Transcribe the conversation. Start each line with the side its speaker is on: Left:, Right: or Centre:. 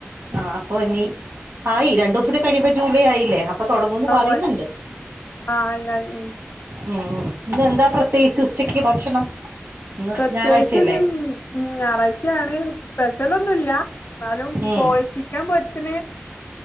Right: ആഹ് അപ്പൊ ഇനി ആയി രണ്ടുവസുടി കഴിയുമ്പോ ജൂലൈ ആയില്ലേ പ്പൊ തുടങ്ങുന്ന് പറയുന്നുണ്ട്.
Left: ഓഹ് ആഹ് ആയി ആയി ഉം
Right: ഉം ഉം ഇന്ന്ന്താ പ്രത്യേകിച്ച് ഉച്ചക്ക് ഭക്ഷണം. ഇന്ന്
Left: പ്രത്യേകിച്ച്
Right: ഞായറാഴ്ചയല്ലേ
Left: നി ഉം ഞായറാഴ്ചയാണ് സ്പെഷ്യലൊന്നുല്ല എന്നാലും
Right: ഉം
Left: പോയി ചിക്കൻ പൊരിച്ചിന്